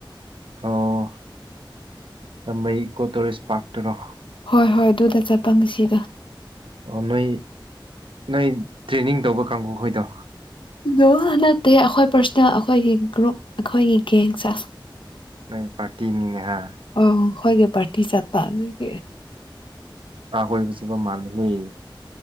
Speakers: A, on the right; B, on the left.
A: ꯑꯣ ꯔꯃꯩꯒꯤ ꯏꯀꯣ ꯇꯣꯔꯤꯁ ꯄꯥꯛꯇꯔꯣ
B: ꯍꯣꯏ ꯍꯣꯏ ꯑꯗꯨꯗ ꯆꯠꯄ ꯉꯁꯤꯗ
A: ꯑꯣ ꯅꯣꯏ ꯅꯣꯏ ꯇ꯭ꯔꯦꯅꯤꯡ ꯇꯧꯕ ꯀꯥꯡꯕꯨꯈꯣꯏꯗꯣ
B: ꯅꯣ ꯅꯠꯇꯦ ꯑꯩꯈꯣꯏ ꯄꯔꯁꯣꯅꯦꯜ ꯑꯩꯈꯣꯏꯒꯤ ꯒ꯭ꯔꯨꯞ ꯑꯩꯈꯣꯏꯒꯤ ꯒꯦꯡꯁꯦ
A: ꯅꯣꯏ ꯄꯔꯇꯤꯅꯤꯅꯦ ꯍꯥꯏ
B: ꯑꯣ ꯈꯣꯏꯒꯤ ꯄꯥꯔꯇꯤ ꯆꯠꯄ ꯑꯗꯨꯒꯤ
A: ꯅꯨꯄꯥ ꯀꯣꯏꯕ ꯆꯠꯄ ꯃꯥꯜꯂꯦ ꯅꯣꯏ